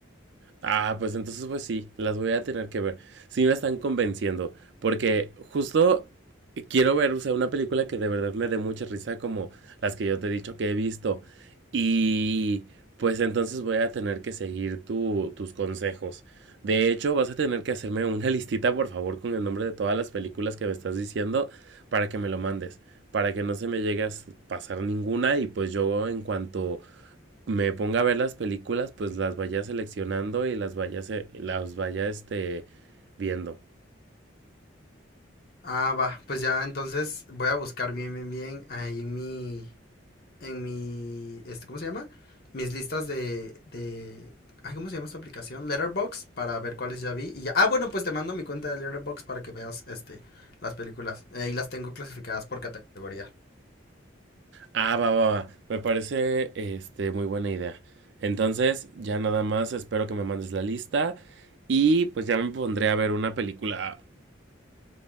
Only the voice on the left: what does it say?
Ah, va. Pues ya, entonces voy a buscar bien, bien, bien ahí en mi. En mi. Este, ¿Cómo se llama? Mis listas de. de ay, ¿cómo se llama esta aplicación? Letterbox para ver cuáles ya vi. Y ya. Ah, bueno, pues te mando mi cuenta de Letterbox para que veas este, las películas. Ahí las tengo clasificadas por categoría.